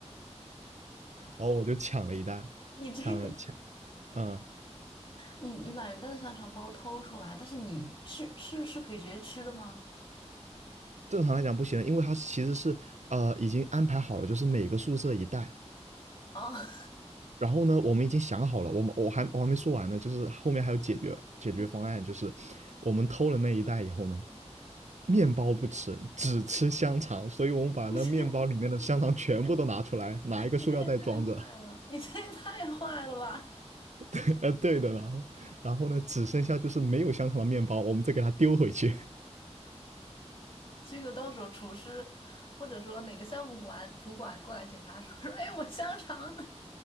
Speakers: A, on the right; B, on the left.
A: 然后我就抢了一袋，
B: 你这个，
A: 抢了抢，嗯，
B: 你你把人家的香肠包偷出来，但是你是是是可以直接吃的吗？
A: 正常来讲不行的因为它其实是呃已经安排好了，就是每个宿舍一袋。
B: 啊，
A: 然后呢，我们已经想好了，我们我还我还没说完呢，就是后面还有解决解决方案，
B: <laughs>
A: 就是我们偷了那一袋以后呢，面包不吃，只吃香肠，所以我们把那面包里面的香肠全部都拿出来，
B: 不是，
A: 拿一个塑料袋装着，
B: 你这也太坏了，你这也太坏了吧！
A: <laughs> 呃，对的，然后然后呢，只剩下就是没有香肠的面包，我们再给它丢回去。
B: 这个到时候厨师或者说哪个项目管主管过来检查说说，哎，我香肠呢？